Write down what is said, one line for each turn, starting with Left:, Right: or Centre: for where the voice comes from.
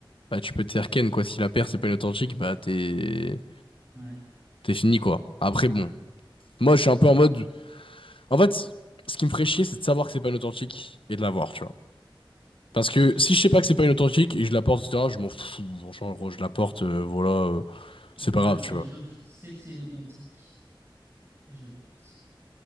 Left: bah, tu peux te faire ken, quoi. Si la paire, c'est pas une authentique, bah, t'es,
Right: Ouais.
Left: t'es fini, quoi. Après, bon. Moi, je suis un peu en mode, en fait, ce qui me ferait chier, c'est de savoir que c'est pas une authentique et de l'avoir, tu vois. Parce que si je sais pas que c'est pas une authentique et je la porte, etc., je m'en fous. Franchement, gros, je la porte, euh, voilà, euh,
Right: Donc,
Left: c'est pas
Right: moi,
Left: grave,
Right: la Strange
Left: tu vois.
Right: Love, je sais que c'est une authentique et je la porte.